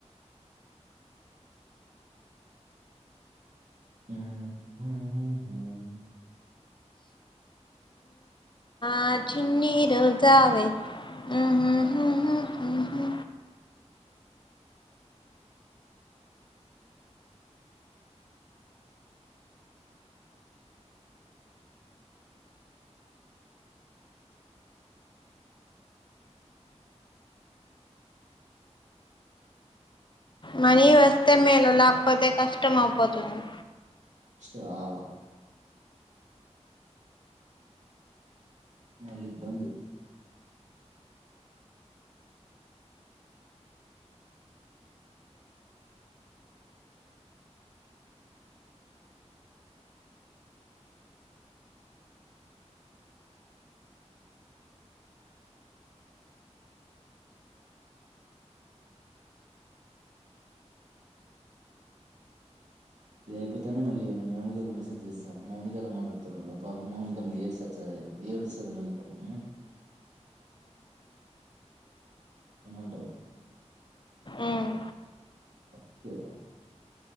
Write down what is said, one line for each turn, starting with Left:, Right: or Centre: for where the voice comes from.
Right: హ్మ్ హ్మ్ హ్మ్
Left: నా చిన్ని రోజావే ఉహు హుహు ఉహు మనీ వస్తే మేలు లేకపోతే కష్టం అయిపోతుంది
Right: ఇష్టాలా అళ ఇబ్బంది ఇది అయిపోతనే మళ్ళీ మౌనికాకు మెసేజ్ జేస్తా మౌనికతో మాట్లాడుతారొండు పాపం మౌనిక మళ్ళీ ఏడి సస్తది ఏడుస్తది మళ్ళీ పాపం ఊ ఏమంటావు
Left: ఉమ్.
Right: ఒక్కే